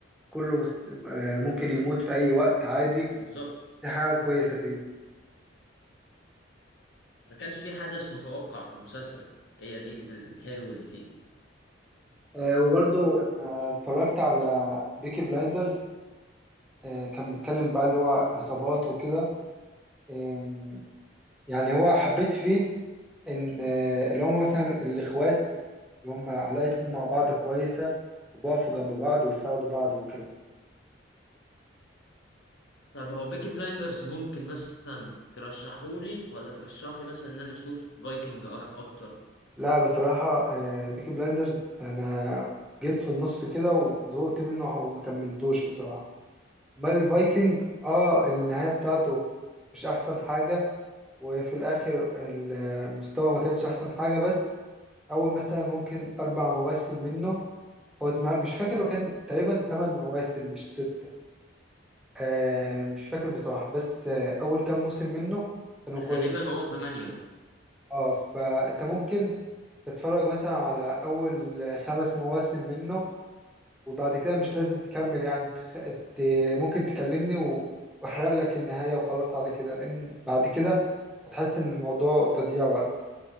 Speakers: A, in the centre; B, on the left.
A: كله مست... آه، ممكن يموت في اي وقت عادي
B: بالظبط
A: دي حاجه كويسه فيه
B: ما كانش في حدث متوقع في المسلسل هي دي الحلو اللي فيه
A: آه وبرضو أنا اتفرجت على بيكي بلايندرز آه كان بيتكلم بقى اللي هو عصابات وكده آم، يعني هو حبيت فيه إن آه اللي هم مثلا الإخوات اللي هم علاقتهم مع بعض كويسة وبقفوا جنب بعض ويساعدوا بعض وكده
B: طب هو بيكي بلايندرز ممكن مثلا ترشحولي ولا ترشحلي مثلا ان انا اشوف فايكنج أ- اكتر
A: لا بصراحة آه، بيكي بلايندرز أنا جيت في النص كده وزهقت منه وما كملتوش بصراحة ما الفايكنج اه النهاية بتاعته مش أحسن حاجة وفي الآخر المستوى ما كانش أحسن حاجة بس أول مثلا ممكن أربع مواسم منه هو ما- مش فاكر وكان تقريبا تمن مواسم مش ستة آه مش فاكر بصراحة بس آه أول كام موسم منه كانوا
B: غالبا
A: كويسين
B: اه تمانية
A: اه فأنت ممكن تتفرج مثلا على أول خمس مواسم منه وبعد كده مش لازم تكمل يعني تخ... ت... ممكن تكلمني و... وأحرق لك النهاية وخلاص على كده لأن بعد كده هتحس إن الموضوع تضييع وقت